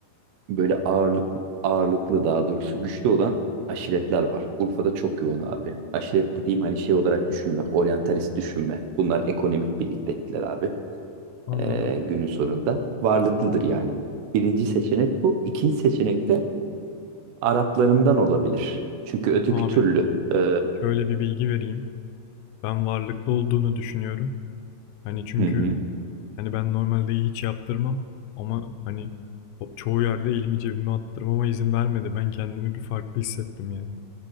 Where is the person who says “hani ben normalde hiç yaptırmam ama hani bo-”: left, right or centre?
Left